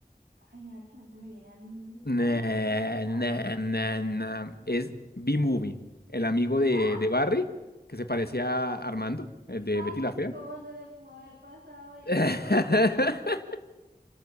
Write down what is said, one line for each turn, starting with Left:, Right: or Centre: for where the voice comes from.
Right: Ay, mira que no se me viene a n-
Left: Nah,
Right: nadie a la cabeza.
Left: nah, nah, nah. Es B-Movie, el amigo de,
Right: Ah,
Left: de Barry, que se parece a Armando, el de
Right: ay,
Left: Betty
Right: <laughs>
Left: la Fea.
Right: ¿cómo se me pudo haber pasado eso?
Left: <laughs>